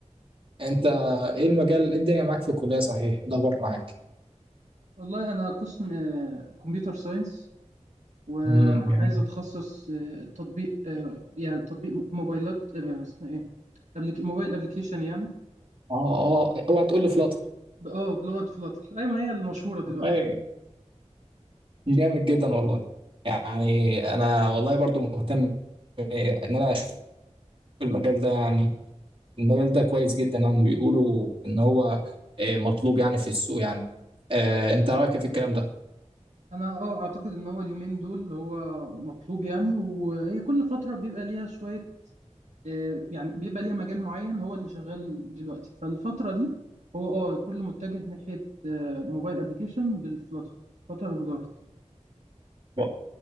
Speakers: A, on the right; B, on the right.
A: انت ايه المجال إيه الدنيا معاك في الكلية صحيح إيه الاخبار معاك
B: والله انا قسم آه، كمبيوتر ساينس وعايز
A: امم جميل
B: اتخصص آه، تطبيق آه، يعني تطبيق موبايلات آه، اسمها ايه أبليك... موبايل ابلكيشن يعني
A: اه اه اوعى تقول لي فلاتر
B: ب- اه بلغة فلاتر ايوه هي المشهورة دلوقتي
A: والله جامد جدا والله يعني انا والله برضو مهتم ان انا اشوف المجال ده يعني المجال ده كويس جدا يعني بيقولوا ان هو آه، مطلوب يعني في السوق يعني آه، انت رايك إيه في الكلام ده
B: انا اه اعتقد ان هو اليومين دول هو مطلوب يعني وهي كل فترة بيبقى ليها شوية آه، يعني بيبقى ليها مجال معين هو اللي شغال دلوقتي فالفترة دي هو اه كله متجه ناحية آه، موبايل ابلكيشن بالفلاتر فلاتر ودارت
A: و-